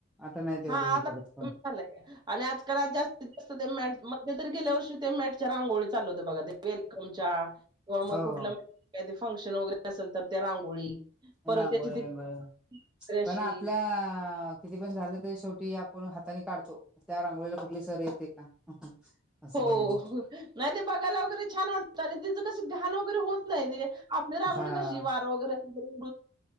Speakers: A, in the centre; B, on the right.
A: आता नाही तेवढं
B: हा
A: हे
B: आता
A: करत पण
B: झा आणि आजकाल जास्तीत जास्त ते मॅ मध्ये तरी गेलेवर च्या रांो चाल ब वेकम कि
A: हो
B: कु फंक्शन वगैरे असेल तर त्या रांगोळी परत
A: रांगोळ
B: त्याची ती
A: विंगोळ
B: वगैरे अशी
A: पण आपल्या किती पण झालं तरी शेवटी आपण हातानी काढतो त्या रांगोळीला कुठली सर येते का? असं
B: हो
A: पण नाही
B: नाही ते बघायला वगैरे छान वाटतं आणि तिचं कस घाण वगैरे होत नाही ते रांगो
A: हा
B: कशी वार वगैरे अस.